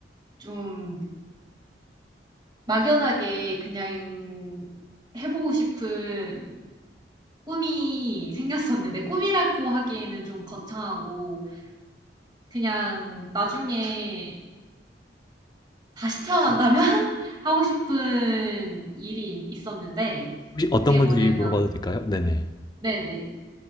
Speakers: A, on the right; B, on the left.
A: 좀 막연하게 그냥 해보고 싶은 꿈이 생겼었는데 꿈이라고 하기에는 좀 거창하고 그냥 나중에 다시 태어난다면 <laughs> 하고 싶은 일이 있었는데
B: 혹시 어떤
A: 그게
B: 건지
A: 뭐냐면
B: 물어봐도 될까요? 네네.
A: 네네.